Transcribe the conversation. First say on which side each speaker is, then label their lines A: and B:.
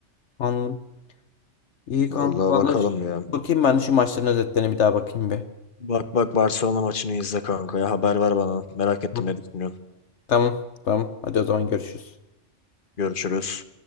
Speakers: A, on the left; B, on the left.
A: Anladım. İyi kanka
B: Vallahi
A: valla
B: bakalım
A: ş-
B: ya.
A: bakayım ben şu maçların özetlerine bir daha bakayım bir.
B: Bak bak Barcelona maçını izle kanka ya. Haber ver bana. Merak ettim
A: Hı.
B: ne düşünüyorsun.
A: Tamam tamam hadi o zaman görüşürüz.
B: Görüşürüz.